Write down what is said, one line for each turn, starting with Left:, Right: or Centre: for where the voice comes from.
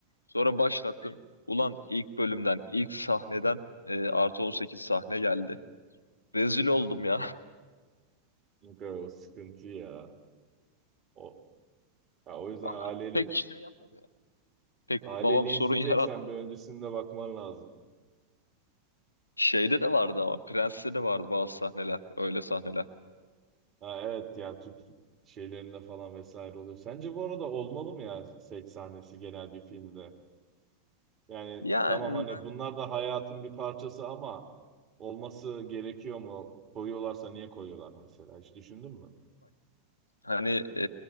Left: Sonra başlattım. Ulan ilk bölümden, ilk sahneden e, artı 18 sahne geldi. Rezil oldum ya.
Right: Çünkü o sıkıntı ya. O, ya
Left: <laughs>
Right: o yüzden
Left: Ama
Right: aileyle
Left: Pek şey yapmadı ya. Pek
Right: aileyle
Left: babam sorun
Right: izleyeceksen
Left: <laughs> yaratmadı.
Right: bir öncesinde bakman lazım.
Left: Şeyde de vardı ama Prens'te de vardı bazı sahneler. Öyle sahneler.
Right: Ha, evet ya Türk şeylerinde falan vesaire oluyor. Sence bu arada olmalı mı ya seks sahnesi genel bir filmde? Yani
Left: Yani
Right: tamam hani
Left: ben...
Right: bunlar da hayatın bir parçası ama olması gerekiyor mu? Koyuyorlarsa niye koyuyorlar mesela? Hiç düşündün mü?
Left: Hani e,